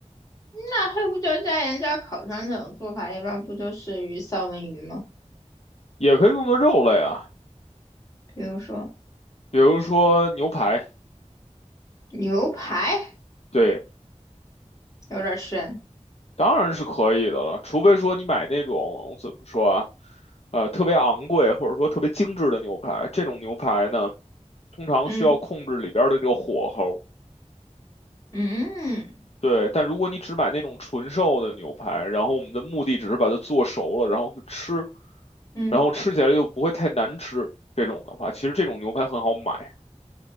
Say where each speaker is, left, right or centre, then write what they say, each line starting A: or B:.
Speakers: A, on the left (about 30°); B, on the left (about 60°).
A: 那黑胡椒加盐加烤肠这种做法，一般不就是鱼三文鱼吗？
B: 也可以用作肉类啊，
A: 比如说
B: 比如说牛排，
A: 牛排。
B: 对，
A: 有点深。
B: 当然是可以的了，除非说你买那种怎么说啊，呃，特别昂贵或者说特别精致的牛排，这种牛排呢，通常需要控制里边儿的这个火候。
A: 嗯嗯
B: 对，但如果你只买那种纯瘦的牛排，然后我们的目的只是把它做熟了，然后去吃，
A: 嗯
B: 然后吃起来又不会太难吃，这种的话，其实这种牛排很好买。